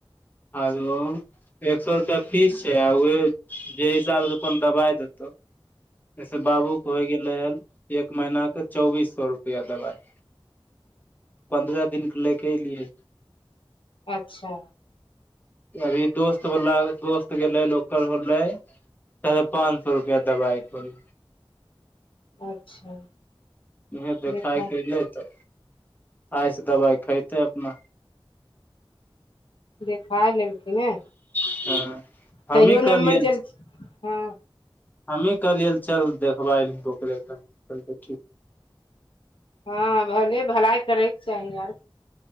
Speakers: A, on the left; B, on the left.
A: हलो एक सौ रुपैया फीस छै आ उहे जै हिसाबसँ अपन दबाइ देतौ जइ सँ बाबू कऽ होय गेलै रहैल एक महीना कऽ चौबीस सौउ रुपैया दबाइ पन्द्रह दिन कऽ लेय कऽ एलियै
B: अच्छह
A: अभी दोस्त वाला दोस्त गेले ओकर होलै साढे पाँच सौ रुपैया दबाइक होले
B: अच्छा
A: उहे देखाय
B: देखा
A: केँ एलै तऽ आइ सँ दबाइ खैतै अपना
B: देखा लेलखिन नय
A: हँ हमही
B: तैयो
A: कहलियै
B: नम्बर जल्दी हँ
A: हमही कहलियै चल देखबाय लेब ओकरे सँ कहलकै ठीक
B: हँ भले भलाइ करैक चाही आउर